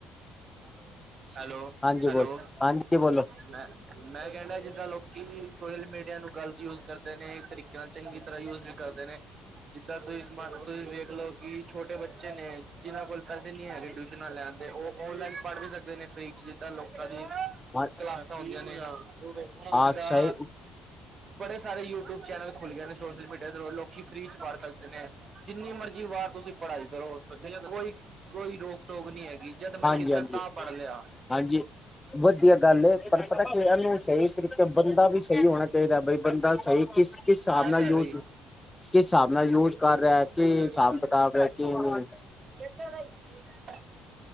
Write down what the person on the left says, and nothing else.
ਹਾਂਜੀ
ਬੋਲ ਹਾਂਜੀ ਬੋਲੋ
ਹਾਂ
ਹਾਂ
ਸਹੀ
ਹਾਂਜੀ
ਹਾਂਜੀ
ਹਾਂਜੀ ਵਧੀਆ ਗੱਲ ਪਰ ਪਤਾ ਕੀ ਇਹਨੂੰ ਸਹੀ ਤਰੀਕੇ ਬੰਦਾ ਵੀ ਸਹੀ ਹੋਣਾ ਚਾਹੀਦਾ ਬਈ ਬੰਦਾ ਸਹੀ ਕਿਸ ਕਿਸ ਹਿਸਾਬ
ਨਾਲ
ਯੂਜ
ਕਿਸ ਹਿਸਾਬ ਨਾਲ ਯੂਜ ਕਰ ਰਿਹਾ ਕਿ
ਹਿਸਾਬ ਕਿਤਾਬ ਹੈ ਕਿ ਨਹੀਂ